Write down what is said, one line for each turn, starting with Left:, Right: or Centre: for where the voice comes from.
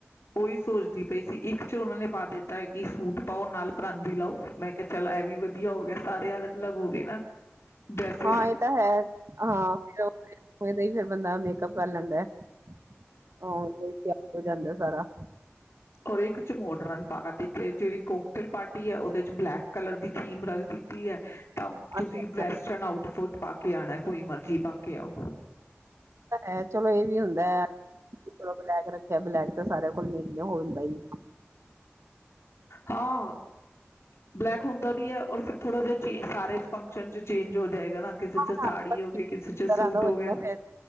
Left: ਔਈ ਸੋਚਦੀ ਪਈ ਸੀ ਇੱਕ <unintelligible> ਨੇ ਪਾ ਦਿੱਤਾ ਏ ਕਿ ਸੂਟ ਪਾਔ ਨਾਲ ਪਰਾਂਦੀ ਲਾਔ। ਮੈਂ ਕਿਹਾ ਚੱਲ ਇਹ ਵੀ ਵਧੀਆ ਹੋ ਗਿਆ ਸਾਰੇ ਅਲੱਗ-ਅਲੱਗ ਹੋ ਗਏ ਨਾ। ਡਰੈਸਿਸ
Right: ਹਾਂ, ਇਹ ਤਾਂ ਹੈ, ਹਾਂ। ਔ ਦੇਈ <unintelligible> ਬੰਦਾ ਮੇਕਅਪ ਕਰ ਲੈਂਦੈ। ਆਉਣ ਲਈ ਤਿਆਰ ਹੋ ਜਾਂਦਾ ਸਾਰਾ।
Left: ਕੁੜੀ ਇੱਕ ਚ ਮੋਡਰਨ ਪਾ ਦਿੱਤੇ। ਜਿਹੜੀ ਕੋਕਟੇਲ ਪਾਰਟੀ ਏ ਉਹਦੇ ਚ ਬਲੈਕ ਕਲਰ ਦੀ ਥੀਮ ਰੱਖ ਦਿੱਤੀ ਐ। ਤਾਂ ਤੁਸੀ
Right: ਅੱਛਾ ਅੱਛਾ
Left: ਵੈਸਟਰਨ ਆਊਟਫੁੱਟ ਪਾ ਕੇ ਆਣੈ ਕੋਈ ਮਰਜ਼ੀ ਪਾ ਕੇ ਆਔ।
Right: ਐ ਚਲੋ ਏ ਵੀ ਹੁੰਦੈ ਚਲੋ ਬਲੈਕ ਰੱਖਿਐ, ਬਲੈਕ ਤਾਂ ਸਾਰਿਆਂ ਕੋਲ ਮਿਲਦੇ ਹੋਂਦਾ ਈ
Left: ਹਾਂ ਬਲੈਕ ਹੁੰਦਾ ਵੀ ਏ ਔਰ ਫਿਰ ਥੋੜ੍ਹਾ ਜਿਆ ਜੀ ਸਾਰੇ ਫੰਕਸ਼ਨ ਚ ਚੇਂਜ ਹੋ ਜਾਏਗਾ ਨਾ ਕਿਸੇ ਚ
Right: ਹਾਂ
Left: ਸਾੜੀ
Right: ਪਤਾ <unintelligible>
Left: ਹੋ ਗਈ ਕਿਸੇ ਚ
Right: ਤਰ੍ਹਾਂ
Left: ਸੂਟ
Right: ਦਾ ਹੋ ਜਾਂਦਾ
Left: ਗਿਆ
Right: ਫਿਰ,